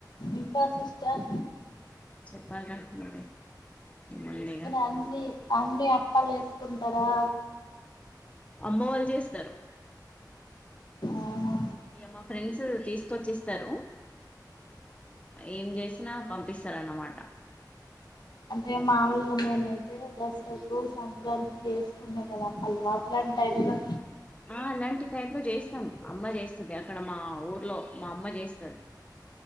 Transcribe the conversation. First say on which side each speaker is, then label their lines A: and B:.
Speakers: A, on the left; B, on the left.
A: ఇంకా సిస్టర్
B: చెప్పాలి రా నువ్వే మెల్లిగా
A: మీరు అన్ని అన్ని అప్పాలు చేసుకుంటారా
B: అమ్మ వాళ్ళు చేస్తారు
A: ఆహా
B: ఇగ మా ఫ్రెండ్స్ తీసుకొచ్చిస్తారు ఏం చేసినా పంపిస్తారన్నమాట
A: అంటే మామూలుగా మేమైతే దసరాకు సంక్రాంతి కి కదా అల వాట్లాంటి టైమ్ లో
B: ఆ అలాంటి టైప్ లో చేస్తాం అమ్మ చేస్తుది అక్కడ మా ఊరు లో మా అమ్మ చేస్తాది